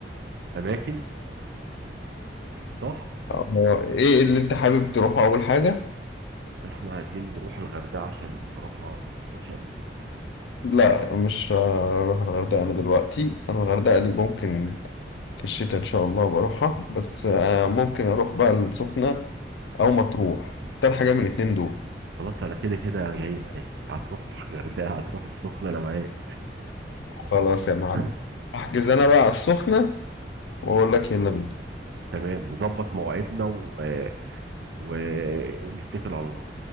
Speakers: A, on the right (about 75°); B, on the left (about 85°).
A: اماكن صح
B: آه، ايه اللي انت حابب تروحه اول حاجة
A: احنا عايزين نروح الغردقه عشان بصراحه ما رحتهاش قبل كده
B: لا مش هروح الغردقة انا دلوقتي انا الغردقة دي ممكن في الشتاء ان شاء الله بروحها بس آه، ممكن اروح بقى السخنة او مطروح اختار حاجة من الاتنين دول
A: خلاص انا كده كده جاي معاك هتروح غردقه هتروح السخنه انا معاك
B: خلاص يا معلم
A: <laughs>
B: احجز انا بقى على السخنة واقول لك يلا بينا
A: تمام نظبط مواعيدنا و... و- ونتكل على الله